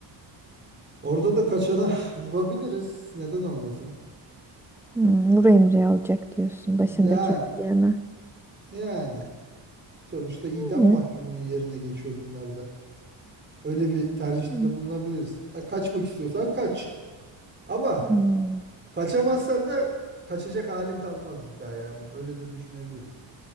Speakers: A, on the right; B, in the centre.
A: Orada da kaçana <laughs> vurabiliriz. Neden olmasın?
B: Hmm, vur emri alacak diyorsun başındaki
A: Yani
B: verdiyene.
A: yani sonuçta idam
B: Yani.
A: mahkumunun yerine geçiyor bunlar da. Öyle bir tercihte
B: hmm,
A: bulunabiliriz. Ha, kaçmak istiyorsan kaç. Ama
B: hmm.
A: kaçamazsan da kaçacak halin kalmaz bir daha yani. Öyle de düşünebiliriz.